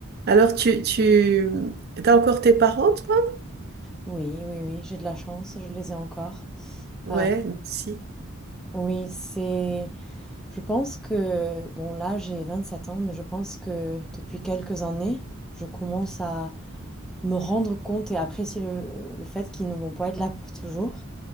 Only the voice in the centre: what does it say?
Oui, oui, oui, j'ai de la chance, je les ai encore.
Euh,
oui, c'est. Je pense que. Bon, là, j'ai 27 ans, mais je pense que depuis quelques années, je commence à me rendre compte et apprécier le, le fait qu'ils ne vont pas être là pour toujours.